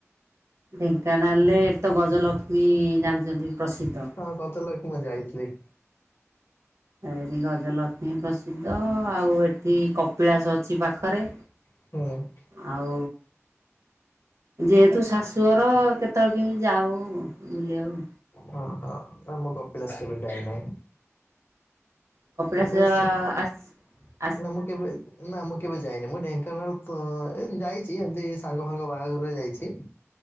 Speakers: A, on the right (about 70°); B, on the left (about 45°).
A: ଢେଙ୍କାନାଳରେ ଏଠି ତ ଗଜଲକ୍ଷ୍ମୀ ଜାଣିଛନ୍ତି ପ୍ରସିଦ୍ଧ।
B: ହଁ ଗଜଲକ୍ଷ୍ମୀ ମୁଁ ଯାଇଥିଲି।
A: ଆଉ ଏଠି ଗଜଲକ୍ଷ୍ମୀ ପ୍ରସିଦ୍ଧ ଆଉ ଏଠି କପିଳାସ ଅଛି ପାଖରେ।
B: ହୁଁ।
A: ଆଉ ଯେହେତୁ ଶାଶୁଘର କେତେବେଳେ କେମିତି ଯାଉ ବୁଲିବାକୁ।
B: ହଁ-ହଁ ନା ମୁଁ କପିଲସ କେବେ ଯାଇନାହିଁ।
A: କପିଳାସ
B: କପିଳାସରେ
A: <unintelligible>
B: ନା ମୁଁ କେବେ ନା ମୁଁ କେବେ ଯାଇନି ମୁଁ ଢେଙ୍କାନାଳ ତ ଏମତି ଯାଇଚି ଏମ୍ତି ସାଙ୍ଗ ଫାଙ୍ଗ ବାହାଘରରେ ଯାଇଛି।